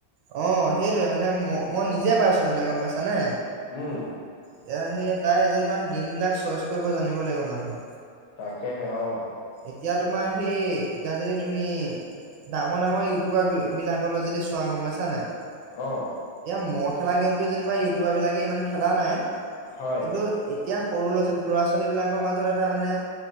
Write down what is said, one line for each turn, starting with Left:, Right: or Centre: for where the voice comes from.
Right: অ সেইটোৱে মানে ম মই নিজে পাইছোঁ মানে গম পাইছানে
Left: উম
Right: এতিয়া সেই তাই যেনিবা গেম বিলাক চইচ কৰিব জানিব লাগিব মানুহে।
Left: তাকেহে অ'
Right: এতিয়া তোমাৰ সেই এতিয়া যদি তুমি ডাঙৰ ডাঙৰ ইউটিউবাৰ বিলাকলৈ যদি চোৱা গম পাইছা নাই
Left: অ'।
Right: এতিয়া মই খেলা গেমটো যেনিবা ইউটিউবাৰ বিলাকে ইমান খেলা নাই,
Left: হয়
Right: কিন্তু এতিয়া সৰু ল'ৰা-ল'ৰা ছোৱালীবিলাকৰ মাজত এটা মানে